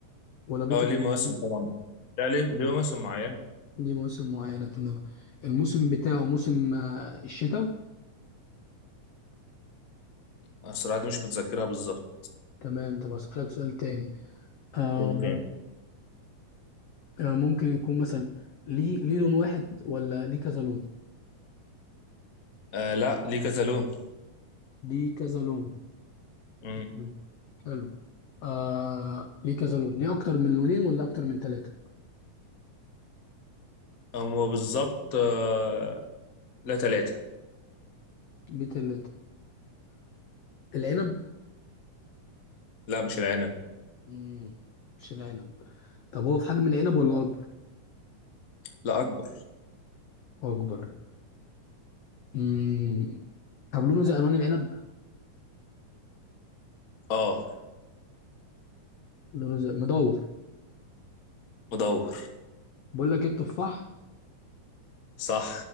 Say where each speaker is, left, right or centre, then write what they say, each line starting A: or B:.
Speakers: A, on the left; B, on the left.
A: ولا بيطلع
B: اه ليه مواسم
A: في السنة؟
B: طبعا لا ليه ليه مواسم معينه
A: ليه مواسم معينة تمام الموسم بتاعه موسم آه الشتاء؟
B: أنا الصراحه دي مش متذكرها بالظبط
A: تمام طب أسألك سؤال تاني آه
B: قول تاني
A: آه ممكن يكون مثلا ليه ليه لون واحد ولا ليه كذا لون؟
B: آه لا ليه كذا لون
A: ليه كذا لون
B: امم
A: مم. حلو آه ليه كذا لون ليه اكتر من لونين ولا اكتر من ثلاثة
B: هو بالظبط آه لا ثلاثه
A: ليه ثلاثة العنب
B: لا مش العنب
A: مم. مش العنب طب هو في حجم العنب ولا اكبر
B: لا اكبر
A: اكبر مم. طب لونه زي الوان العنب
B: اه
A: لونه زي مدور
B: مدور
A: بقول لك ايه التفاح
B: صح